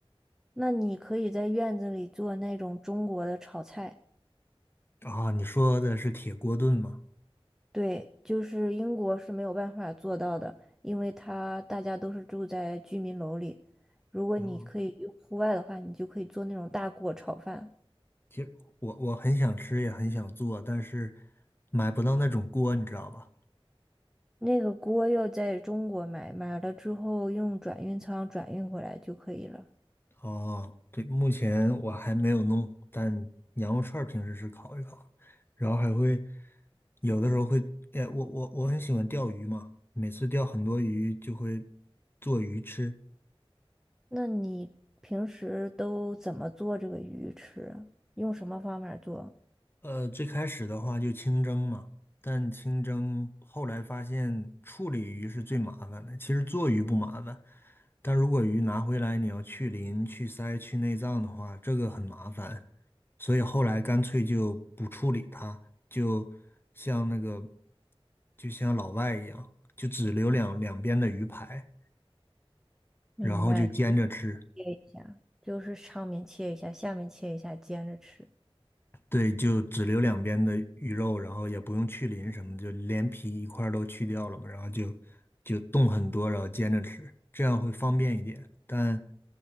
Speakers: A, in the centre; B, on the left.
A: 那你可以在院子里做那种中国的炒菜，
B: 啊，你说的是铁锅炖吗？
A: 对，就是英国是没有办法做到的，因为它大家都是住在居民楼里。如果你可以用户外的话，
B: 哦，
A: 你就可以做那种大锅炒饭。
B: 其实我我很想吃，也很想做，但是买不到那种锅，你知道吧？
A: 那个锅要在中国买，买了之后用转运仓转运过来就可以了。
B: 哦，对，目前我还没有弄，但羊肉串儿平时是烤一烤，然后还会有的时候会，哎，我我我很喜欢钓鱼嘛，每次钓很多鱼就会做鱼吃。
A: 那你平时都怎么做这个鱼吃啊用什么方法做？
B: 呃，最开始的话就清蒸嘛，但清蒸后来发现处理鱼是最麻烦的。其实做鱼不麻烦，但如果鱼拿回来你要去鳞、去鳃、去内脏的话，这个很麻烦。所以后来干脆就不处理它，就像那个就像老外一样，就只留两两边的鱼排，
A: 明白，
B: 然后就煎着吃。
A: 切一下，就是上面切一下，下面切一下，煎着吃。
B: 对，就只留两边的鱼肉，然后也不用去鳞什么，就连皮一块儿都去掉了嘛，然后就就冻很多，然后煎着吃，这样会方便一点。但